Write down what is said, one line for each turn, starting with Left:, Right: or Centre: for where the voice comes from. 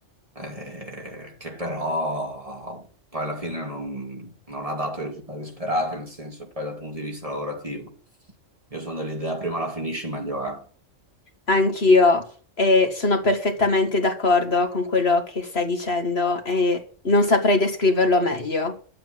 Right: eh, che però poi alla fine non, non ha dato i risultati sperati, nel senso poi dal punto di vista lavorativo. Io sono dell'idea prima la finisci meglio è.
Left: Anch'io e sono perfettamente d'accordo con quello che stai dicendo e non saprei descriverlo meglio.